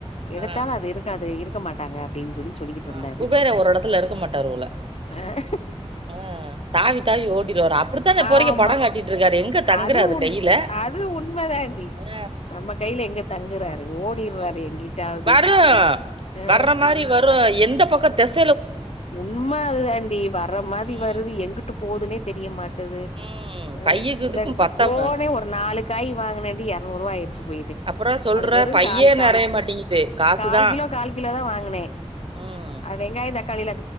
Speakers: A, on the left; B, on the right.
A: எடுத்தாலு
B: ஆ
A: அது இருக்காது இரு க்க மாட்டாங்க அப்டின்னு சொல்லி சொல்லிக்கிட்டு
B: ஆ
A: இருந்தாரு
B: குபேர ஒரு எடத்துல இருக்க மாட்டாரு போல
A: அஹ்
B: உ தாவி தாவி ஓட்டிட்டு வரு அப்டித்தா இப்போ
A: ஆமா
B: வரைக்கு படம் காட்டிட்டு இருக்காரு எங்க தங்குறாரு
A: அது ஒண்ணு
B: கையில
A: அது உண்மதாண்டி
B: ஆ
A: நம்ம கையில எங்க தங்குறாரு ஓடிடுறாரு
B: உ
A: எங்கிட்டாவது
B: வரு
A: ஆ
B: வர்ற மாரி வரு எந்த பக்கோ தெச
A: உண்ம அதுதாண்டி வர்ற மாரி
B: ம்
A: வருது எங்குட்டு போதுனே தெரியமாட் ட்டுது
B: ம்
A: உ
B: கையுக்கு இதுக்கு
A: இந்த
B: பத்தாம
A: போனே ஒரு நாலுக்காய் வாங்கினே இரநூறு ரூவா ஆயிருச்சு போயி
B: அப்புறோ சொல்ற
A: அது வெறு
B: பையே
A: கால் கால்
B: நெறைய மாட்டேங்குது காசுதா
A: கால் கிலோ கால் கிலோ தா வாங்கினே
B: ம்
A: அது வெங்காய தக்காளியில